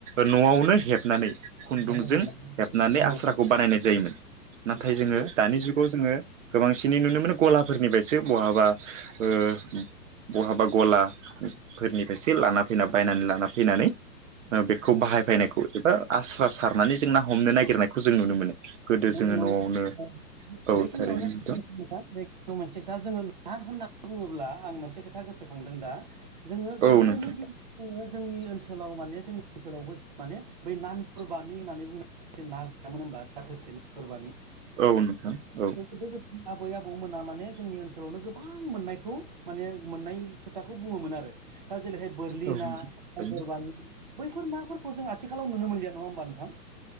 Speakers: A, on the right; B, on the right.
A: न'आवनो हेबनानै खुन्दुंजों
B: नंगौ नंगौ नंगौ
A: हेबनानै
B: नंगौ
A: आस्राखौ बानायनाय जायोमोन।
B: नंगौ
A: नाथाय जोङो दानि जुगाव जोङो गोबांसिनै नुनो मोनो गलाफोरनिफायसो बहाबा ओ बहाबा गलाफोरनिफ्रायसो लाना जोंना बायनानै लाना फैनानै ओ बेखौ
B: नंगौ
A: बाहायफैनायखौ एबा आस सारनानै जों ना हमनो नागिरनायखौ जों नुनो मोनो।
B: <unintelligible>
A: गोदो जोङो न'आवनो औ
B: बेखिनियावनो
A: थारैनो नोंथां
B: <unintelligible> मोनसे खोथा जोङो ना होननानै बुङोब्ला आं मोनसे खोथा गोसोखांदों दा। जोङो
A: औ
B: गोदोनि
A: नोंथां
B: दिन जोङो जोंनि ओनसोलाव माने जोंनि ओनसोलावबो माने बै नानदर बामि होननानै बुंनाय जे ना गैयामोन होनबा जाथोसे नान्दर बामि
A: औ नोंथां औ
B: <unintelligible> आबै आबौमोना माने जोंनि ओनसोलावनो गोबां मोननायखौ माने मोननाय खोथाखौ बुङोमोन आरो। दा जेरैहाय बोरलि
A: औ नोंथां
B: ना
A: थारैनो
B: पान्दर बामि बैफोर नाफोरखौ जों आथिखालाव नुनो मोनलिया नङा होमबा नोंथां‌।